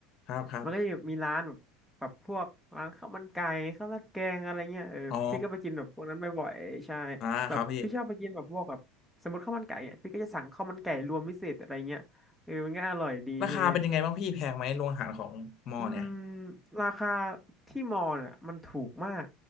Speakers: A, on the left (about 50°); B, in the centre.
A: ครับครับ
B: มันก็จะมีร้านแบบแบบพวกร้านข้าวมันไก่ข้าวราดแกงอะไรเงี้ยเออพี่ก็ไปกินแบบพวกนั้นบ่อยๆใช่
A: อ๋ออ่าครับพี่
B: แบบพี่ชอบไปกินแบบพวกแบบสมมติข้าวมันไก่อ่ะพี่ก็จะสั่งข้าวมันไก่รวมพิเศษอะไรเงี้ยเออมันก็อร่อยดีใช่ไหม
A: ราคาเป็นยังไงบ้างพี่แพงไหมโรงอาหารของมอเนี่ย
B: อืมราคาที่มอลน่ะมันถูกมาก